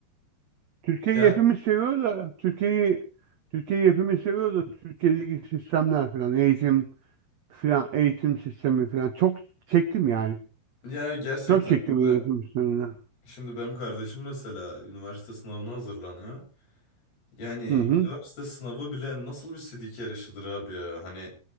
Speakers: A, on the right; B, on the left.
A: Türkiye'yi
B: Ya
A: hepimiz seviyoruz da Türkiye'yi Türkiye'yi hepimiz seviyoruz da Türkiye'deki sistemler falan eğitim falan eğitim sistemi falan çok çektim yani.
B: Ya gerçekten
A: Çok çektim
B: şimdi,
A: eğitim sisteminden.
B: şimdi benim kardeşim mesela üniversite sınavına hazırlanıyor. Yani
A: Hı hı.
B: üniversite sınavı bile nasıl bir sidik yarışıdır abi ya. Hani